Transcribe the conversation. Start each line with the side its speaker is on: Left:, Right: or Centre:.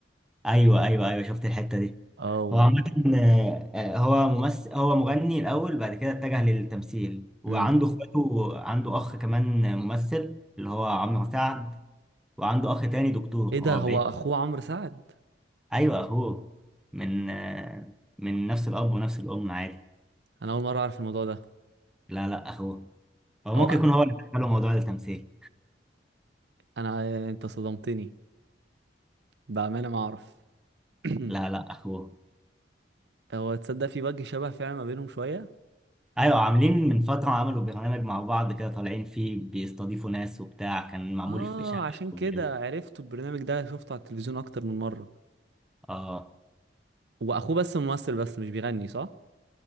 Centre: ايوه ايوه ايوه شفت الحته دي
Right: اه و-
Centre: هو عامه آه، آه، هو ممثل هو مغني الاول بعد كده اتجه للتمثيل وعنده
Right: مم.
Centre: اخواته عنده اخ كمان ممثل اللي هو عمرو سعد وعنده اخ تاني دكتور
Right: ايه
Centre: هو
Right: ده هو
Centre: بعيد
Right: اخوه عمرو سعد
Centre: ايوه اخوه من آه، من نفس الاب ونفس الام عادي
Right: انا اول مره اعرف الموضوع ده
Centre: لا لا اخوه هو ممكن
Right: هو
Centre: يكون هو اللي دخله موضوع التمثيل
Right: انا انت صدمتني بامانه ما اعرف <clears throat>
Centre: لا لا اخوه
Right: هو تصدق في وجه شبه فعلا ما بينهم شويه
Centre: ايوه عاملين من فترة عملوا برنامج مع بعض كده طالعين فيه بيستضيفوا ناس وبتاع كان معمول
Right: اه
Centre: في شقة
Right: عشان كده
Centre: أو فيلا.
Right: عرفت البرنامج ده شفته على التلفزيون اكتر من مره
Centre: اه
Right: واخوه بس ممثل بس مش بيغني صح